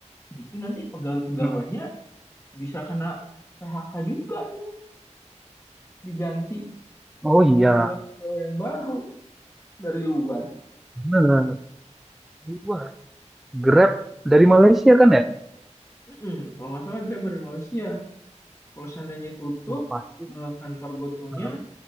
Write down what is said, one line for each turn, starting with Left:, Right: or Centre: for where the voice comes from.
Left: itu nanti pegawai-pegawainya
Centre: mm-mm.
Left: bisa kena PHK juga itu diganti
Centre: Oh iya,
Left: sama pegawai-pegawai yang baru dari luar.
Centre: benar. Luar. Grab dari Malaysia kan ya?
Left: Mm-mm. Kalau nggak salah Grab dari Malaysia. Kalau seandainya tutup
Centre: Wah, pasti.
Left: eh, kantor Gotonya
Centre: Heeh.